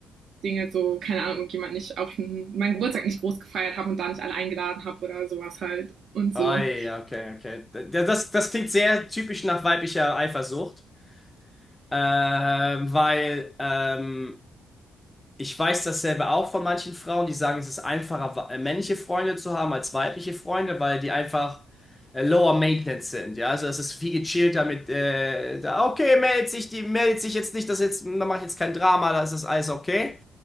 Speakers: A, on the right (about 60°); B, on the left (about 15°).
A: Dinge so, keine Ahnung, und jemand nicht auf den, meinen Geburtstag nicht groß gefeiert habe und da nicht alle eingeladen habe oder sowas halt und
B: Ah,
A: so.
B: ja, okay, okay. D- Das, das klingt sehr typisch nach weiblicher Eifersucht. Ähm, weil ähm, Ich weiß dasselbe auch von manchen Frauen, die sagen, es ist einfacher, wa- äh, männliche Freunde zu haben als weibliche Freunde, weil die einfach äh, lower maintenance sind. Ja, also es ist viel gechillter mit, äh, da, okay, meldet sich, die meldet sich jetzt nicht, das jetzt, da mache ich jetzt kein Drama, das ist alles okay.